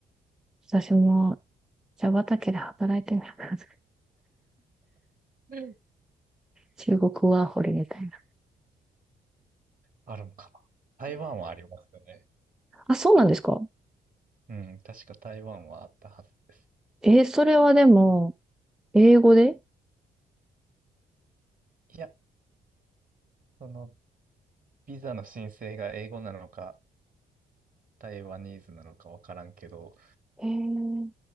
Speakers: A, in the centre; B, on the right (about 45°).
A: 私も茶畑で働いてみたいな。<laughs>
B: うん
A: 中国ワーホリみたいな。
B: あるのかな。台湾はありますよね。
A: あ、そうなんですか
B: うん、確か台湾はあったはずです。
A: えーそれはでも、英語で
B: いや、その、ビザの申請が英語なのか、台湾ニーズなのかわからんけど、
A: えー、